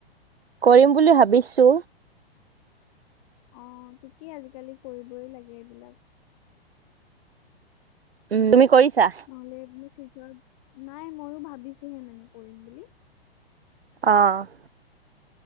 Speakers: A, on the right; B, on the left.
A: কৰিম বুলি ভাবিছো।
B: অ ঠিকেই আজিকালি কৰিবই লাগে এইবিলাক।
A: উম তুমি কৰিছা
B: নহ'লে মোৰ চি নাই ময়ো ভাবিছোহে মানে কৰিম বুলি।
A: অ'